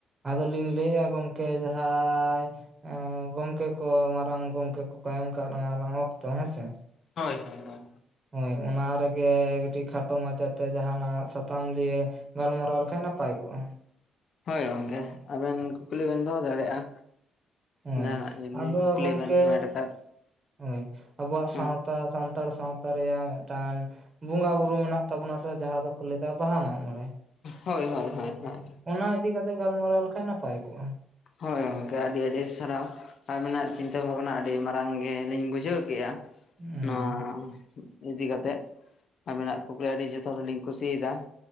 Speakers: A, on the right (about 35°); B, on the left (about 55°).
A: ᱟᱫᱚᱞᱤᱧ ᱞᱟᱹᱭᱼᱟ ᱜᱚᱝᱠᱮ ᱡᱟᱦᱟᱸᱭ ᱚ ᱜᱚᱝᱠᱮ ᱠᱚ ᱢᱟᱨᱟᱝ ᱜᱚᱝᱠᱮ ᱠᱚᱼᱠᱚ ᱮᱢ ᱠᱟᱜ ᱞᱟᱝ ᱟᱞᱟᱝ ᱚᱠᱛᱚ ᱦᱮᱸ ᱥᱮ᱾
B: ᱦᱳᱭ, ᱦᱳᱭ᱾
A: ᱦᱳᱭ ᱚᱱᱟ ᱨᱮᱜᱮ ᱠᱟᱹᱴᱤᱡ ᱠᱷᱟᱴᱚ ᱢᱟᱪᱷᱟᱛᱮ ᱡᱟᱦᱟᱱᱟ-ᱜ ᱥᱟᱛᱟᱢ ᱞᱤᱭᱮ ᱜᱟᱞᱢᱟᱨᱟᱣ ᱞᱮᱠᱷᱟᱱ ᱱᱟᱯᱟᱭ ᱠᱚᱜᱼᱟ᱾
B: ᱦᱳᱭ ᱜᱚᱝᱠᱮ, ᱟᱵᱮᱱ ᱠᱩᱠᱞᱤ ᱵᱮᱱ ᱫᱚᱦᱚ ᱫᱟᱲᱮᱭᱟᱜᱼᱟ᱾
A: ᱦᱳᱭ,
B: ᱡᱟᱦᱟᱱᱟᱜ ᱡᱩᱫᱤ
A: ᱟᱫᱚ
B: ᱠᱩᱠᱞᱤ
A: ᱜᱚᱝᱠᱮ
B: ᱵᱮᱱ ᱦᱮᱢᱮᱴ ᱟᱠᱟᱫ
A: ᱦᱳᱭ ᱟᱵᱚᱣᱟ-ᱜ
B: ᱦᱩᱸ
A: ᱥᱟᱸᱣᱛᱟ ᱥᱟᱱᱛᱟᱲ ᱥᱟᱸᱣᱛᱟ ᱨᱮᱭᱟᱜ ᱢᱤᱫᱴᱟᱝ, ᱵᱚᱸᱜᱟ ᱵᱩᱨᱩ ᱢᱮᱱᱟᱜ ᱛᱟᱵᱚᱱᱟ ᱥᱮ, ᱡᱟᱦᱟᱸ ᱫᱚᱠᱚ ᱞᱟᱹᱭ ᱮᱫᱟ ᱵᱟᱦᱟ ᱢᱟᱜ ᱢᱚᱬᱮᱸ
B: ᱦᱳᱭ, ᱦᱳᱭ, ᱦᱳᱭ, ᱦᱳᱭ,
A: ᱚᱱᱟ ᱤᱫᱤ ᱠᱟᱛᱮᱜ ᱜᱟᱞᱢᱟᱨᱟᱣ ᱞᱮᱠᱷᱟᱱ ᱱᱟᱯᱟᱭ ᱠᱚᱜᱼᱟ᱾
B: ᱦᱳᱭ ᱜᱚᱝᱠᱮ ᱟᱹᱰᱤ ᱟᱹᱰᱤ ᱥᱟᱨᱟᱣ᱾ ᱟᱹᱵᱤᱱᱟᱜ ᱪᱤᱱᱛᱟᱹ ᱵᱷᱟᱵᱽᱱᱟ ᱟᱹᱰᱤ ᱢᱟᱨᱟᱝ ᱜᱮ ᱞᱤᱧ ᱵᱩᱡᱷᱟᱹᱣ ᱠᱮᱜᱼᱟ᱾
A: ᱦᱮᱸ
B: ᱱᱚᱣᱟ ᱤᱫᱤ ᱠᱟᱛᱮᱫ, ᱟᱵᱤᱱᱟᱜ ᱠᱩᱠᱞᱤ ᱟᱹᱰᱤ ᱡᱩ <unintelligible> ᱞᱤᱧ ᱠᱩᱥᱤᱭᱟᱫᱟ᱾